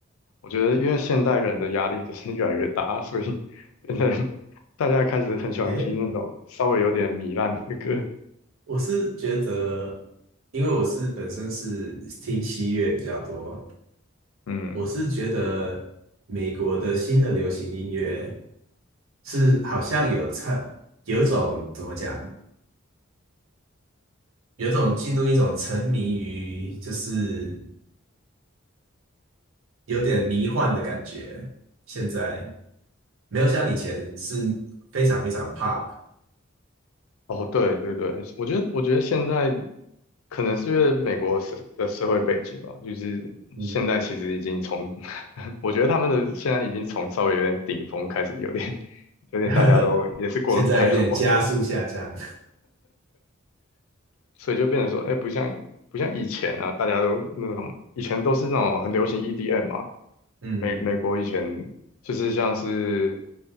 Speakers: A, on the left (about 85°); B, on the right (about 75°).
A: 我觉得，因为现代人的压力就是越来越大，所以变成大家开始很喜欢听那种稍微有点糜烂的歌。
B: 诶，我是觉得，因为我是本身是听西乐比较多，
A: 嗯，
B: 我是觉得美国的新的流行音乐是好像有沉，有种怎么讲，有种进入一种沉迷于，就是有点迷幻的感觉。现在没有像以前是非常非常 pop，
A: 哦，对对对，我觉得，我觉得现在可能是因为美国社的社会背景吧，就是现在其实已经从，
B: 嗯，
A: <laughs> 我觉得他们的现在已经从稍微有点顶峰开始，有点有点大家都也是过得不太好。
B: <laughs> 现在有点加速下降。
A: 所以就变成说，哎，不像不像以前啊，大家都那种以前都是那种很流行 EDM 嘛，
B: 嗯，
A: 美美国以前就是像是